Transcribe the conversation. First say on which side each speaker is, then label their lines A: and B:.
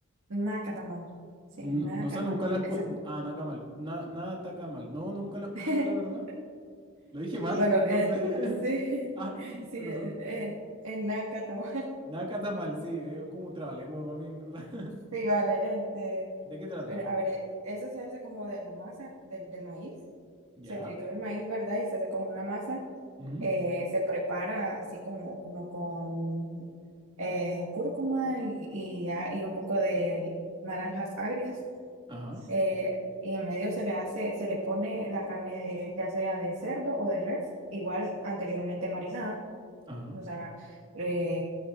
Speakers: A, on the right (about 75°); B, on the right (about 20°).
A: Nacatamal. Sí,
B: No,
A: Nacatamal,
B: sé, nunca la escuché.
A: exacto.
B: Ah, Nacamal. Na, nada Tacamal. No, nunca la he escuchado,
A: <laughs>
B: la verdad. ¿Lo dije mal?
A: Bueno,
B: No
A: eh,
B: sé.
A: sí,
B: <laughs> Ah,
A: <laughs> sí,
B: perdón.
A: eh, eh, Nacatamal. <laughs>
B: Nakata mal, sí, es como un trabalengua para mí, en verdad.
A: Sí, vale, este,
B: ¿De qué trata?
A: eh, a ver, eh, eso se hace como de la masa del, del maíz.
B: ¿Ya?
A: Se tritura el maíz, ¿verdad? Y se hace como una masa.
B: Ujú,
A: Eh, se prepara así como, como con eh, cúrcuma y, y, a- y un poco de naranjas agrias.
B: Ajá,
A: eh, y en medio se le hace, se le pone la carne de- ya sea de cerdo o de res, igual anteriormente marinada,
B: ajá,
A: o sea, eh,